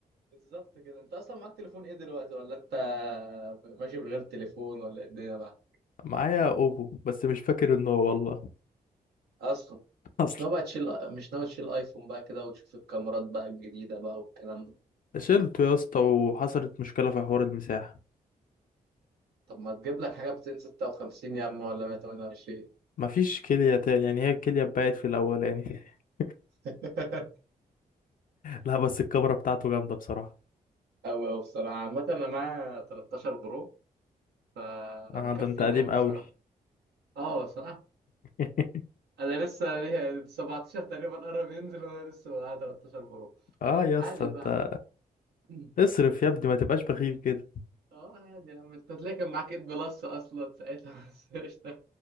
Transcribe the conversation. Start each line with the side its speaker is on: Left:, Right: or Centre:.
Right: بالظبط كده انت اصلا معاك تليفون ايه دلوقتي ولا انت ماشي من غير تليفون ولا ايه الدنيا بقى
Left: معايا اوبو بس مش فاكر ان هو والله
Right: اصلا
Left: <laughs> اصلا
Right: مش ناوي بقى تشيل مش ناوي تشيل ايفون بقى كده وتشوف الكاميرات بقى الجديدة بقى والكلام ده
Left: شلته يا اسطى وحصلت مشكلة في حوار المساحة
Right: طب ما تجيب لك حاجة 256 يا عم ولا 128
Left: مفيش كلية تاني يعني هي الكلية اتبقت في الاولاني <laughs>
Right: <laughs>
Left: لا بس الكاميرا بتاعته جامدة بصراحة
Right: أوي أوي بصراحة عامة أنا معايا 13 برو فمكفيني
Left: اه ده انت قديم
Right: أوي
Left: قوي
Right: بصراحة أه صح
Left: <laughs>
Right: أنا لسه يعني 17 تقريبا قرب ينزل وأنا لسه معايا 13 برو
Left: اه يا
Right: عادي
Left: اسطى انت
Right: بقى عادي
Left: اصرف يا ابني ما تبقاش بخيل كده
Right: اه عادي يا عم انت هتلاقي كان معاك 8 بلس اصلا ساعتها بس قشطة